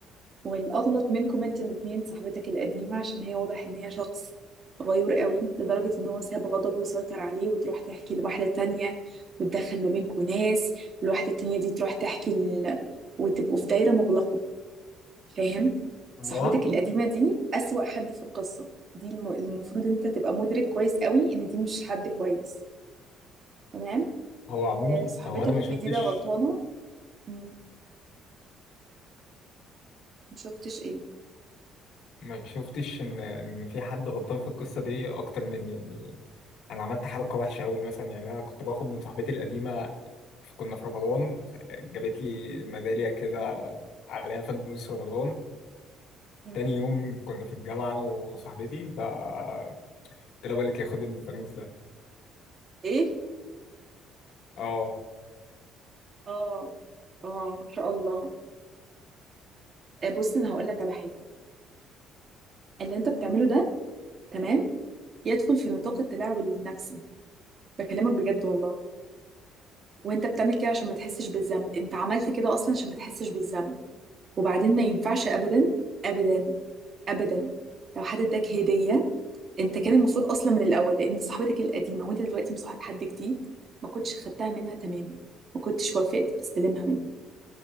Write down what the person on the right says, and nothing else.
والأغلط منكم انتوا الاتنين صاحبتك القديمة عشان هي واضح إن هي شخص غيور قوي لدرجة إن هو ساب غضبه يسيطر عليه وتروح تحكي لواحدة تانية وتدخل ما بينكم ناس الواحدة التانية دي تروح تحكي ل... وتبقوا في دايرة مغلقة فاهم؟
صاحبتك القديمة دي أسوأ حد في القصة دي الم... المفروض أنت تبقى مدرك كويس قوي إن دي مش حد كويس تمام؟
آه، صاحبتك
الجديدة
غلطانة مم. مشوفتش إيه؟
مم.
ايه
اه اه ما شاء الله آه، بص انا هقول لك على حاجه اللي انت بتعمله ده تمام يدخل في نطاق التلاعب النفسي بكلمك بجد والله وانت بتعمل كده عشان ما تحسش بالذنب انت عملت كده اصلا عشان ما تحسش بالذنب وبعدين ما ينفعش ابدا ابدا ابدا لو حد اداك هديه انت كان المفروض اصلا من الاول لان دي صاحبتك القديمه وانت دلوقتي مصاحب حد جديد ما كنتش خدتها منها تماما ما كنتش وافقت تستلمها منه